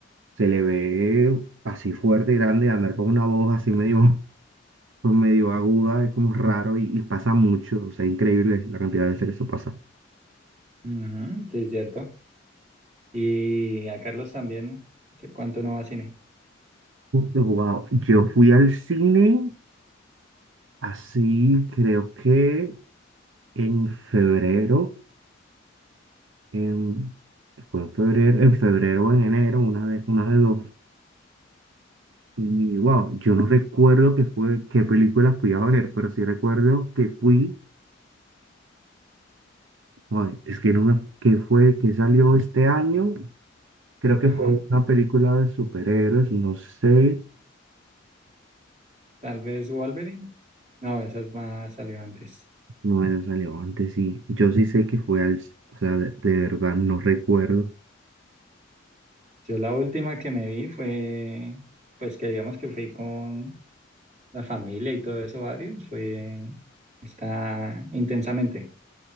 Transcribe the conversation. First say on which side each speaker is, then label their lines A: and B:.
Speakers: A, on the right (about 70°); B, on the right (about 35°).
A: se le ve así fuerte, grande, andar con una voz así medio por medio aguda, es como raro y, y pasa mucho, o sea, increíble la cantidad de veces que eso pasa.
B: Ujú, sí, es cierto. Y a Carlos también, hace cuánto no va a cine.
A: Wow, yo fui al cine, así creo que en febrero, en, fue en febrero, en febrero o en enero, una de, una de dos. Y wow, yo no recuerdo qué fue, qué película fui a ver, pero sí recuerdo que fui, ay, es que no me, qué fue, que salió este año, creo que
B: Ajá.
A: fue una película de superhéroes, no sé.
B: Tal vez Wolverine. No, esa es más salió antes.
A: No es relevante, sí. Yo sí sé que fue al, o sea, de, de verdad no recuerdo
B: Yo la última que me vi fue, pues que digamos que fui con la familia y todo eso, varios, fue está intensamente,